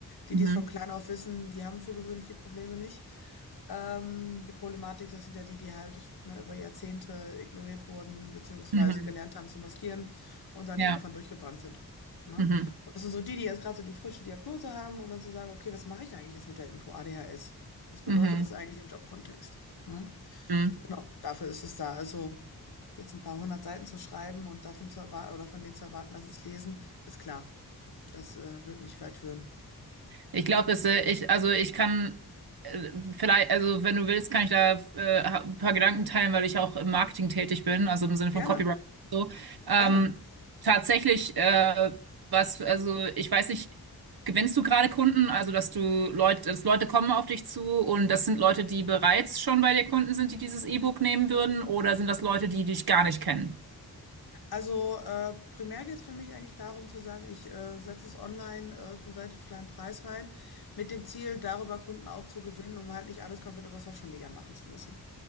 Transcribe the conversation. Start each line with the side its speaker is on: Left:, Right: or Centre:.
Left: Die,
Right: Mhm.
Left: die es von klein auf wissen, die haben für gewöhnlich die Probleme nicht. Ähm, die Problematik, das sind ja die, die halt ne, über Jahrzehnte ignoriert wurden, beziehungsweise
Right: Mhm.
Left: gelernt haben zu maskieren und dann
Right: Ja.
Left: irgendwann durchgebrannt sind. Ne?
Right: Mhm.
Left: Und das sind so die, die jetzt gerade so die frische Diagnose haben und dann zu sagen, okay, was mache ich eigentlich jetzt mit der Info ADHS? Was bedeutet
Right: Mhm.
Left: das
Right: Mhm.
Left: eigentlich im Jobkontext? Ne?
Right: mhm.
Left: Genau, dafür ist es da. Also jetzt ein paar hundert Seiten zu schreiben und davon zu erwarten oder von denen zu erwarten, dass sie es lesen, ist klar. Das äh, wird nicht weit führen.
Right: Ich glaube, dass äh, ich, also ich kann äh, vielleicht, also wenn du willst, kann ich da äh, ein paar Gedanken teilen, weil ich auch im Marketing tätig bin, also im Sinne
Left: Gerne,
Right: von Copywriting und so. Ähm,
Left: gerne.
Right: tatsächlich, äh, was, also ich weiß nicht, gewinnst du gerade Kunden, also dass du Leute, dass Leute kommen auf dich zu und das sind Leute, die bereits schon bei dir Kunden sind, die dieses E-Book nehmen würden, oder sind das Leute, die dich gar nicht kennen?
Left: Also äh, primär geht es für mich eigentlich darum zu sagen, ich äh, setze es online äh, für einen relativ kleinen Preis rein, mit dem Ziel, darüber Kunden auch zu gewinnen, um halt nicht alles komplett über Social Media machen zu müssen.